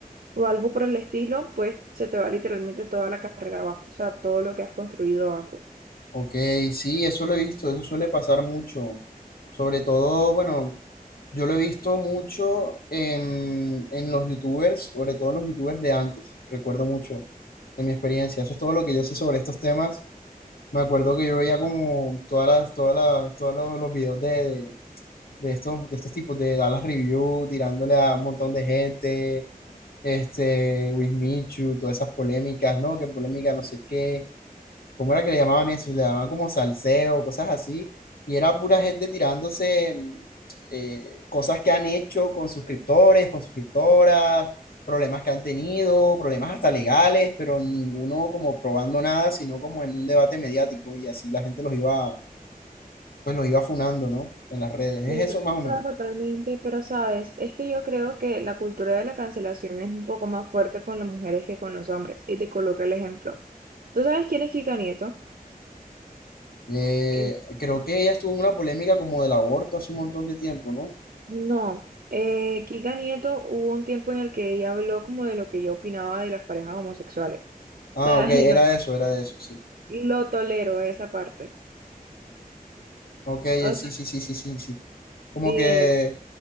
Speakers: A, on the right; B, on the left.
A: o algo por el estilo, pues se te va literalmente toda la carrera abajo, o sea, todo lo que has construido abajo.
B: Ok, sí, eso lo he visto, eso suele pasar mucho. Sobre todo, bueno, yo lo he visto mucho en, en los youtubers, sobre todo en los youtubers de antes, recuerdo mucho en mi experiencia. Eso es todo lo que yo sé sobre estos temas. Me acuerdo que yo veía como todas las, todas las, todos los, los videos de, de, de estos, de estos tipos de Dallas Review, tirándole a un montón de gente, este, Wismichu, todas esas polémicas, ¿no? Que polémica no sé qué ¿cómo era que le llamaban eso? Le llamaban como salseo, cosas así, y era pura gente tirándose eh, cosas que han hecho con suscriptores, con suscriptoras, problemas que han tenido, problemas hasta legales, pero ninguno como probando nada, sino como en un debate mediático, y así la gente los iba, pues los iba funando, ¿no? En las redes, es
A: Sí,
B: eso
A: o
B: más o
A: sea,
B: menos.
A: totalmente, pero sabes, es que yo creo que la cultura de la cancelación es un poco más fuerte con las mujeres que con los hombres, y te coloco el ejemplo. ¿Tú sabes quién es Kika Nieto?
B: Eh,
A: que
B: creo que ella estuvo en una polémica como del aborto hace un montón de tiempo, ¿no?
A: No, eh, Kika Nieto hubo un tiempo en el que ella habló como de lo que yo opinaba de las parejas homosexuales.
B: Ah,
A: O sea,
B: ok, era
A: <laughs> no,
B: eso, era eso, sí.
A: lo tolero esa parte.
B: Ok, eh,
A: O
B: sí,
A: sea,
B: sí, sí, sí, sí, sí. Como
A: sí,
B: que
A: él.